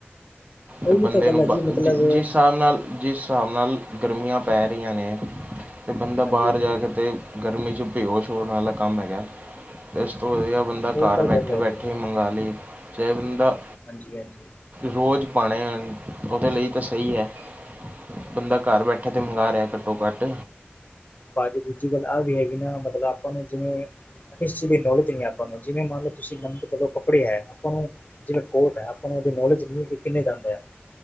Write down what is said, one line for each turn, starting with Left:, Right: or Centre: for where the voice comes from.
Left: ਉਹ
Right: ਤੇ
Left: ਵੀ
Right: ਬੰਦੇ
Left: ਤਾਂ ਗੱਲ
Right: ਨੂੰ
Left: ਹੈ
Right: ਜ
Left: ਜੀ ਮਤਲਬ
Right: ਜਿਸ ਹਿਸਾਬ ਨਾਲ ਜਿਸ ਹਿਸਾਬ ਨਾਲ ਗਰਮੀਆਂ ਪੈ ਰਹੀਆਂ ਨੇ ਅਤੇ ਬੰਦਾ
Left: ਹਾਂਜੀ-ਹਾਂਜੀ
Right: ਬਾਹਰ ਜਾ ਕੇ ਅਤੇ ਗਰਮੀ ਚ' ਬੇਹੋਸ- ਸ਼ ਵਾਲਾ ਕੰਮ ਹੈਗਾ। ਇਸ ਤੋਂ ਵੀਆ ਬੰਦਾ
Left: ਉਹ
Right: ਘਰ
Left: ਤਾਂ
Right: ਬੈਠੇ-
Left: ਗੱਲ ਹੈ
Right: ਬੈਠੇ
Left: ਜੀ
Right: ਮੰ ਬੰਗਾਾਲੀ ਜੇ ਬੰਦਾ
Left: ਹਾਂਜੀ- ਹਾਂਜੀ।
Right: ਰੋਜ਼ ਪਾਉਣੇ। ਉਹਦੇ ਲਈ ਤਾਂ ਸਹੀ ਹੈ। ਬੰਦਾ ਘਰ ਬੈਠੇ। ਅੱਠ ਤਾਂ ਮ ਮੰਗਵਾ ਰਿਹਾ ਘੱਟੋ ਘੱਟ
Left: ਭਜੀ ਦੂਜੀ ਗੱਲ ਆਹ ਵੀ ਹੈਗੀ ਨਾ ਮਤਲਬ ਆਪਾਂ ਨੂੰ ਜਿਵੇਂ ਕਿਸ ਚੀਜ਼ ਦੀ ਨੌਲੇਜ ਨਹੀਂ ਆਪਾਂ ਨੂੰ, ਜਿਵੇਂ ਮੰਨ ਲਓ ਤੁਸੀਂ ਮੰਨ ਚਲੋਂ ਕੱਪੜੇ ਐ, ਆਪਾਂ ਨੂੰ ਜਿਹੜਾ ਕੋਰਟ ਐ, ਆਪਾਂ ਨੂੰ ਉਹਦੇ ਨੋਲੇਜ ਨਹੀਂ ਕਿੰਨੇ ਜਾਂਦੇ ਆ।